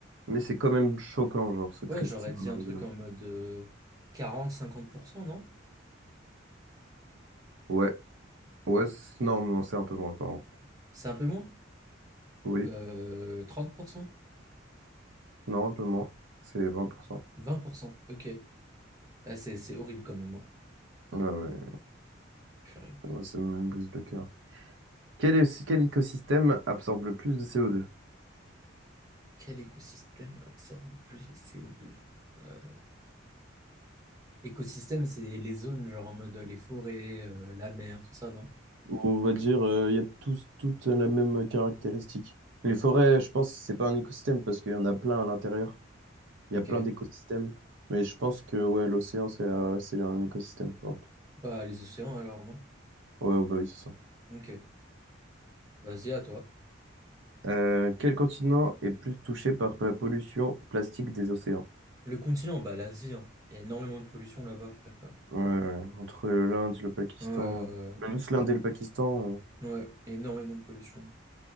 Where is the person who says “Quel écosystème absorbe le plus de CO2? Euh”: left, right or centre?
Right